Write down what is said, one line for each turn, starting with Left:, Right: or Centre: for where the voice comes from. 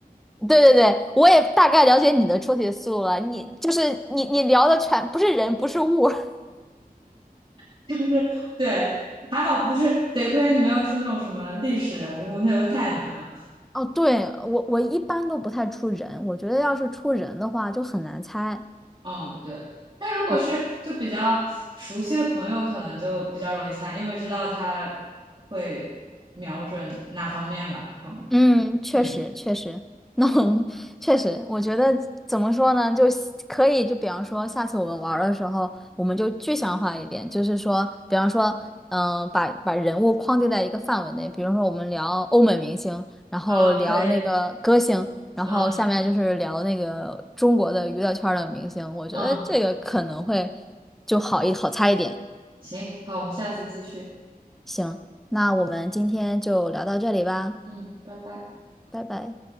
Centre: 对对对，我也大概了解你的出题思路了。你就是你你聊的全不是人，不是物。<laughs>
Right: <laughs> 就是对，还好不是，得亏你没有出那种什么历史人物，那就太难了。
Centre: 哦，对，我我一般都不太出人，我觉得要是出人的话就很难猜。
Right: 嗯，对。但如果是就比较熟悉的朋友，
Centre: 对
Right: 可能就比较容易猜，因为知道他会瞄准哪方面吧，可能
Centre: 嗯，确实确实，
Right: 嗯，
Centre: 那我们确实，我觉得怎么说呢，就希可以，就比方说，下次我们玩儿的时候，我们就具象化一点，就是说，比方说，嗯、把把人物框定在一个范围内，比如说我们聊欧美明星，然后聊那个歌星，
Right: 哦，可以，
Centre: 然后下面就是聊那个中国的娱乐圈儿的明星，
Right: 嗯
Centre: 我觉得这个可能会
Right: 嗯，
Centre: 就好一好猜一点。
Right: 行，好，我们下次继续。
Centre: 行，那我们今天就聊到这里吧，
Right: 嗯，拜拜。
Centre: 拜拜。